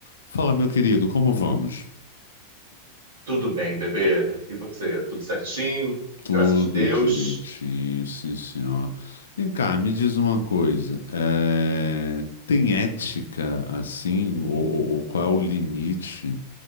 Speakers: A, on the left; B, on the right.
A: Fala, meu querido, como vamos?
B: Tudo bem, bebê? E você? Tudo certinho?
A: Tudo
B: Graças a Deus.
A: direitinho, sim, senhor. Vem cá, me diz uma coisa. eh, Tem ética assim? Ou, ou- ou qual é o limite